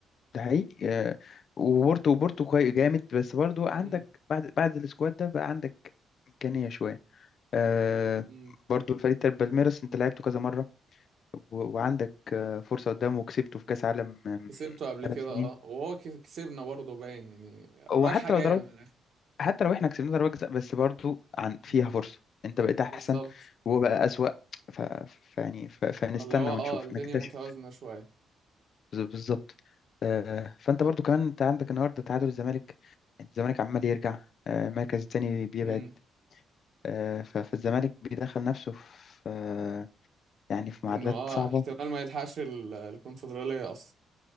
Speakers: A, on the left (about 55°); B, on the right (about 60°).
A: ده حقيقي آه، وبورتو بورتو كويس جامد بس برضو عندك
B: امم
A: بعد بعد السكواد ده بقى عندك إمكانية شوية آه،
B: امم
A: برضو الفريق بتاع بالميراس انت لعبته كذا مرة و- وعندك آه، فرصة قدامه وكسبته في كأس عالم من
B: كسبته قبل
A: ثلاث
B: كده
A: سنين
B: اه وهو كس- كسبنا برضه باين يعني
A: هو
B: رايحة
A: حتى
B: جاية
A: لو ضربت
B: من الآخر
A: حتى لو احنا كسبنا ضربة جزاء بس برضو عن فيها
B: امم
A: فرصة انت بقيت احسن
B: بالظبط
A: وهو بقى اسوأ ف... فيعني ف... فنستنى
B: اللي هو
A: ونشوف
B: اه الدنيا
A: نكتشف
B: متوازنة شوية
A: بز- بالظبط آه، فانت برضو كمان انت عندك النهارده تعادل الزمالك يعني الزمالك عمال يرجع آه، المركز التاني بيبعد
B: امم
A: آه، ف... فالزمالك بيدخل نفسه في آه، يعني في معادلات
B: انه اه
A: صعبة
B: احتمال ما يلحقش ال- الكونفدرالية اصلا